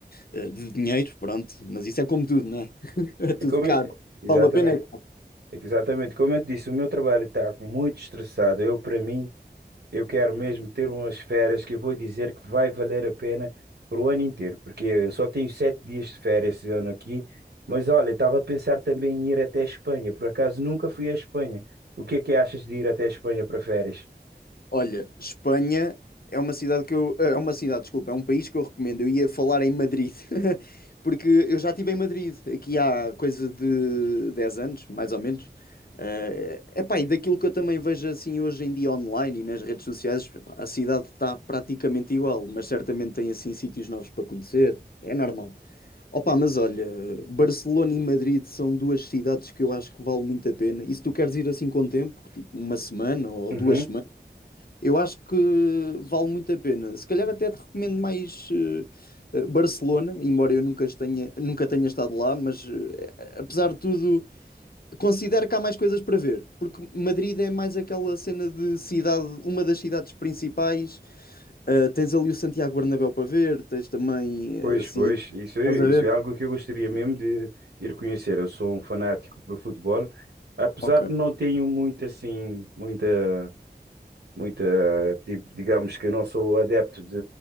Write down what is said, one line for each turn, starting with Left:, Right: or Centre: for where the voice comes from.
Left: eh, de dinheiro, pronto. Mas isso é como tudo, não é? <laughs> É tudo
Right: É como
Left: caro.
Right: eu- Exatamente,
Left: Vale a pena é caro.
Right: é que exatamente. Como eu te disse, o meu trabalho está muito estressado. Eu, para mim, eu quero mesmo ter umas férias que eu vou dizer que vai valer a pena para o ano inteiro, porque eu só tenho sete dias de férias esse ano aqui. Mas olha, estava a pensar também em ir até a Espanha. Por acaso nunca fui à Espanha. O que é que achas de ir até a Espanha para férias?
Left: Olha, Espanha é uma cidade que eu, eh, é uma cidade, desculpa, é um país que eu recomendo. Eu ia falar em Madrid, <laughs> porque eu já estive em Madrid aqui há coisa de 10 anos, mais ou menos. É epá, e daquilo que eu também vejo assim hoje em dia online e nas redes sociais, a cidade está praticamente igual, mas certamente tem assim sítios novos para conhecer. É normal. Opa, mas olha, Barcelona e Madrid são duas cidades que eu acho que vale muito a pena. E se tu queres ir assim com tempo, tipo uma semana ou
Right: Uhum.
Left: duas semanas eu acho que vale muito a pena. Se calhar até te recomendo mais eh, eh, Barcelona, embora eu nunca tenha, nunca tenha estado lá, mas eh, apesar de tudo, considero que há mais coisas para ver, porque Madrid é mais aquela cena de cidade, uma das cidades principais. Eh, tens ali o Santiago Bernabéu para ver, tens também eh,
Right: Pois,
Left: assim,
Right: pois, isso é,
Left: estás
Right: isso
Left: a ver?
Right: é algo que eu gostaria mesmo de ir conhecer. Eu sou um fanático por futebol, apesar
Left: Ok,
Right: de não tenho muito assim, muita muita, tipo, digamos que eu não sou adepto de,